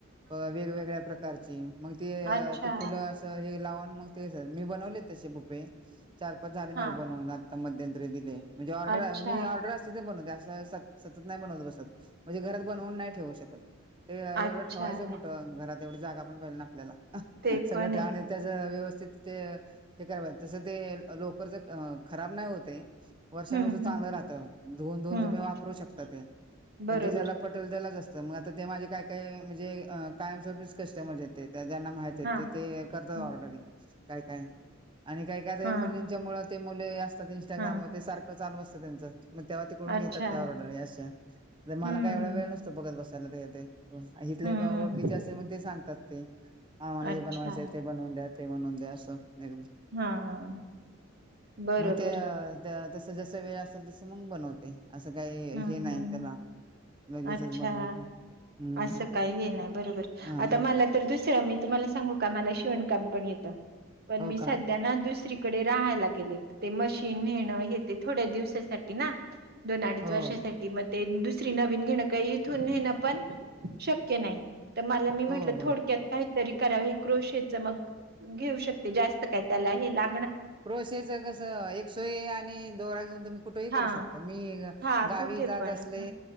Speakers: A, on the right (about 25°); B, on the right (about 50°).
A: अ वेगवेगळ्या प्रकारची मग ते
B: अच्छा.
A: ते फुलं असं हे लावून मग ते मी बनवले. बुपे चार पाच झाले मा
B: हां.
A: बनून आ मध्यंतरी दिले म्हणजे ऑर्डर
B: अच्छा,
A: मी ऑर्डर बनव अस सतत नाही बनवत बसत म्हणजे घरात बनवून नाही ठेवू शकत ते एवढं
B: अच्छा.
A: ठेवायचं कुठं घरात एवढी जागा पण पाहि ना आपल्याला
B: ते
A: सगळं
B: पण
A: ठे
B: आहे.
A: आणि त्याच व्यवस्थ करा तस ते लोकरच खराब नाही होते. वर्षान
B: हं,
A: वर्ष चांगलं
B: हं,
A: राहतं धुन धुन
B: हं.
A: तुम्ही वापरू शकता ते
B: बरोबर.
A: पण ते ज्याला पटल असत मग आता ते माझे काय काय म्हणजे कायमस्वरपीच कस्टमर येते. ज्यांना माहित आहे
B: हां,
A: ते ते करतात
B: हं,
A: ऑर्डरिंग काय काय आणि काही काय
B: हां.
A: मुलींच्या मुळ ते मुले असतात इं्स्टाग्रामवर
B: हां.
A: ते सारखं चालू असतं त्यांचं मग तेव्हा तिकडून
B: अच्छा.
A: घेतात त्यावर ऑर्डर असं तर मला
B: हं,
A: काय एवढा वेळ नसतो बघत बसायला ते इथले
B: हं,
A: का ओळखीचे
B: हं.
A: असते मग ते सांगतात ते आम्हाला हे
B: अच्छा.
A: बनवायचंय ते बनवून द्याात ते म्हणून दे असं एक
B: हां. बरोबर.
A: मग ते तस जस वेळ असेल तसं मग बनवते असं काही
B: हं,
A: हे नाही
B: हं,
A: त्याला
B: हं.
A: लगेचच
B: अच्छा.
A: बनवत. हम्म
B: असं काही हे नाही बरोबर
A: हा
B: आता मला तर दुसरा मी तुम्हाला सांगू का मला शिवणकाम पण येत, पण
A: हो
B: मी संध्या
A: का
B: ना दुसरी राहायला गेले मशीनेण हे ते थोड्या दिवसासाठी ना दोन
A: हो
B: वर्षासाठी मग ते दुसरी नवीन घेणं का इथून घेणं पण शक्य नाही. तर मला मी म्हटलं
A: हो बर
B: थोडक्यात काहीतरी करावं हे क्रोशेच मग घेऊ शकते जास्त काय त्याला हे ला
A: क्रोशिया कसं एक सोय आणि दोरा घेऊन तुम्ही कुठेही करू
B: हा
A: शकता. मी
B: हा
A: गावी
B: कुठे
A: जात
B: पण
A: असले
B: हा